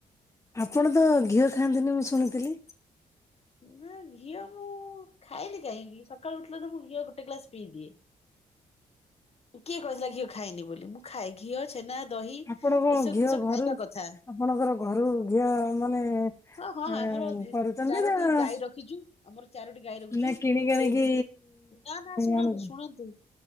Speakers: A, on the left (about 20°); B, on the left (about 45°).
A: ଆପଣ ତ ଘିଅ ଖାଆନ୍ତିନି ମୁଁ ଶୁଣିଥିଲି।
B: ନା ଘିଅ ମୁଁ ଖାଏନି କାହିଁକି ସକାଳୁ ଉଠିଲେ ତ ମୁଁ ଘିଅ ଗୋଟେ ଗ୍ଲାସ ପିଇଦିଏ। କିଏ କହିଥିଲା ଘିଅ ଖାଇନି ବୋଲି ମୁଁ ଖାଏ। ଘିଅ ଛେନା ଦହି
A: ଆପଣ କଣ
B: ଏସବୁ
A: ଘିଅ
B: ଜିନିଷ
A: ଘରୁ
B: ଖାଇବା କଥା।
A: ଆପଣଙ୍କର ଘରୁ ଘିଅ ମାନେ
B: ହଁ ହଁ
A: ଏ
B: ଆମର
A: କରୁଛନ୍ତି
B: ଚାରୋଟି
A: ନା
B: ଗାଈ ରଖିଚୁ ଆମର ଚାରୋଟି ଗାଈ ରଖିଚୁ।
A: ନା କିଣିକି ଆଣିକି
B: ସେ ନା ନା ଶୁଣନ୍ତୁ
A: ଆଣୁଛୁ
B: ଶୁଣନ୍ତୁ